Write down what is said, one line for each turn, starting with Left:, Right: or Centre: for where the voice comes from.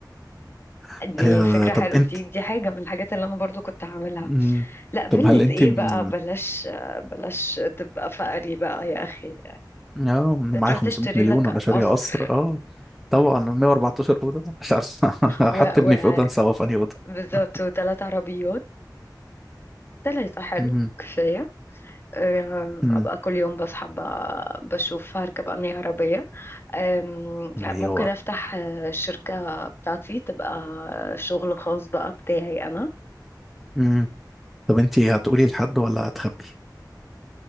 Centre: <clears throat>
Left: دي
Centre: آه،
Left: فكرة
Centre: طب
Left: حلوة
Centre: أنت
Left: دي دي حاجة من الحاجات اللي أنا برضو كنت هعملها
Centre: مم.
Left: لا فيلة
Centre: طب هل أنت
Left: إيه
Centre: من
Left: بقى بلاش بلاش تبقى فقري بقى يا أخي
Centre: اه معايا
Left: تروح
Centre: 500
Left: تشتري
Centre: مليون
Left: لك
Centre: وانا شارية
Left: قصر
Centre: قصر اه طبعا 114 اوضه مش عارف <laughs> احط
Left: و... و...
Centre: ابني في اوضه انسى هو في انهي اوضه
Left: بالظبط
Centre: <laughs>
Left: وثلاث عربيات ثلاثة حلو
Centre: مم.
Left: كفاية آه،
Centre: مم.
Left: ابقى كل يوم بصحى ب- بشوف هركب انهي عربيه آم،
Centre: ايوه
Left: ممكن افتح آه، الشركه بتاعتي تبقى شغل خاص بقى بتاعي انا
Centre: مم. طب انت هتقولي لحد ولا هتخبي